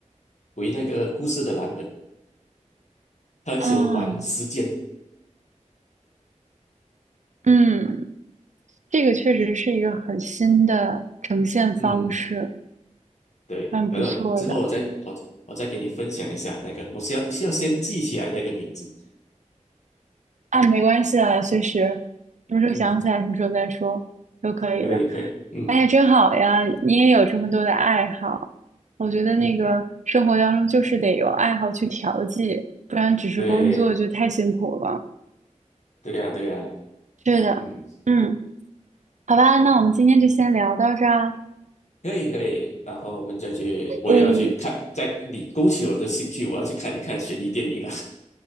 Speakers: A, on the left (about 65°); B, on the right (about 70°).
A: 为那个故事的蓝本，他很喜欢玩时间。
B: 啊嗯，这个确实是一个很新的呈现方式，
A: 嗯。对，
B: 蛮不错的。
A: 等我之后我再我我再给你分享一下那个，我是要是要先记起来那个名字。
B: 啊，没关系啊，随时，什么时候想起来什么时候再说都可以的。
A: 嗯，可以可以，嗯
B: 哎呀，真好呀，你也有这么多的爱好。我觉得那个生活当中就是得有爱好去调剂，
A: 嗯，
B: 不然只是工作就太辛苦了。
A: 对对呀对呀，
B: 是的，
A: 嗯，
B: 嗯，好吧，那我们今天就先聊到这儿啊。
A: 可以可以。然后我们再去，我也要去看，
B: 诶，
A: 在你勾起我的兴趣，我要去看一看悬疑电影了。